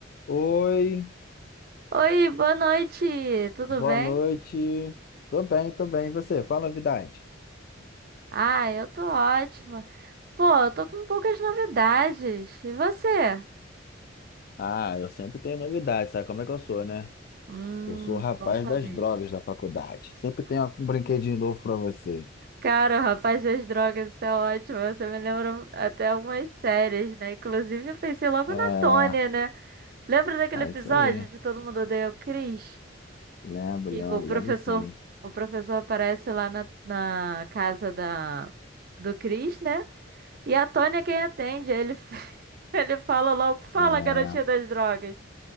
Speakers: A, on the left (about 55°); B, on the right (about 55°).
A: Oi,
B: Oi, boa noite, tudo
A: boa
B: bem?
A: noite. Tô bem, tô bem. E você? Fala novidade.
B: Ah, eu tô ótima. Pô, eu tô com poucas novidades. E você?
A: Ah, eu sempre tenho novidade, sabe como é que eu sou, né?
B: Hum,
A: Eu sou o rapaz
B: bom saber.
A: das drogas da faculdade. Sempre tenho um brinquedinho novo pra você.
B: Cara, o Rapaz das Drogas, isso é ótimo. Você me lembra até algumas séries, né? Inclusive, eu pensei logo
A: É,
B: na Tônia, né? Lembra daquele
A: é
B: episódio
A: isso aí.
B: de Todo Mundo Odeia o Chris?
A: Lembro,
B: E
A: lembro,
B: o professor,
A: lembro sim.
B: o professor aparece lá na, na casa da, do Chris, né? E a Tônia é quem atende. Aí Ele, <laughs> ele fala logo: Fala,
A: É,
B: garotinha das drogas.